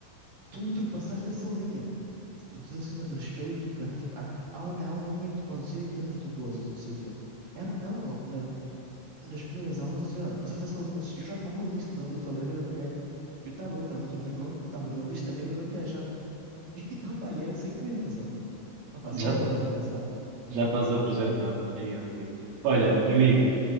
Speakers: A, on the right (about 45°); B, on the right (about 80°).
A: tu ultrapassaste essa linha. Tipo, toda a cena de respeito e o cara, tipo, há, há, há uma linha que tu podes ir em termos de gozos e não sei o quê. Ela, ela logo na, nas primeiras aulas a dizer: olha, passaste essa linha, ou seja, eu já estava na, na lista negra da mulher. Eu estava literalmente o meu nome, estava na lista negra da mulher já. <laughs> E, opa, e era sem querer, estás a ver? Opa,
B: já,
A: são memórias
B: tá-
A: engraçadas.
B: já estás apresentado. Aí, ok. Olha, amigo,